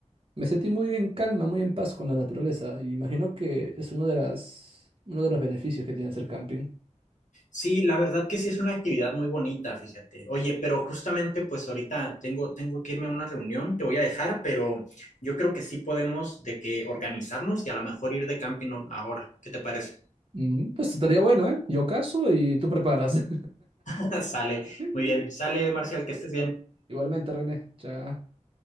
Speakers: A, on the right; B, on the left.
A: Me sentí muy en calma, muy en paz con la naturaleza. y Imagino que es uno de las, uno de los beneficios que tiene hacer camping.
B: Sí, la verdad que sí es una actividad muy bonita, fíjate. Oye, pero justamente pues ahorita tengo, tengo que irme a una reunión, te voy a dejar, pero yo creo que sí podemos de que organizarnos y a lo mejor ir de camping ahora. ¿Qué te parece?
A: Mm, Pues estaría bueno, ¿eh? Yo caso y tú preparas.
B: <laughs> Sale,
A: <laughs>
B: muy bien. Sale, Marcial, que estés bien.
A: Igualmente, René. Chao.